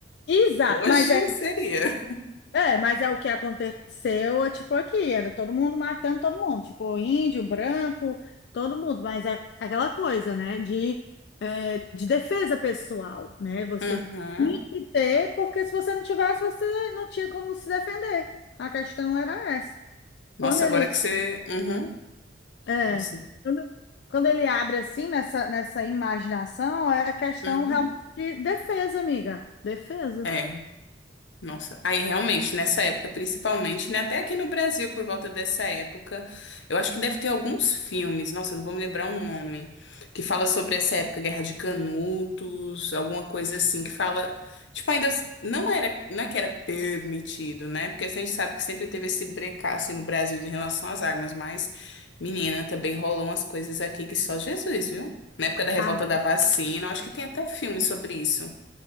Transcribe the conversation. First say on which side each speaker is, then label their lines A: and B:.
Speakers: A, on the left; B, on the left.
A: Exato,
B: Hoje
A: mas é
B: seria.
A: É, mas é o que aconteceu, é, tipo, aqui, era todo mundo matando todo mundo, tipo, índio, branco, todo mundo, mas é aquela coisa, né, de, é, de defesa pessoal, né, você
B: Uhum.
A: tinha que ter, porque se você não tivesse, você não tinha como se defender, a questão era essa.
B: Nossa,
A: Quando ele,
B: agora que você. Uhum.
A: é,
B: Nossa.
A: quando, quando ele abre assim, nessa, nessa imaginação, é questão
B: Uhum.
A: realmente de defesa, amiga, defesa.
B: É. Nossa, aí realmente, nessa época, principalmente, né? Até aqui no Brasil, por volta dessa época, eu acho que deve ter alguns filmes, nossa, eu não vou me lembrar o nome, que fala sobre essa época, Guerra de Canutos, alguma coisa assim, que fala, tipo, ainda não era, não é que era permitido, né? Porque assim, a gente sabe que sempre teve esse brecaço no Brasil em relação às armas, mas, menina, também rolou umas coisas aqui que só Jesus, viu? Na época da revolta
A: Ah,
B: da vacina, eu acho que tem até filme sobre isso.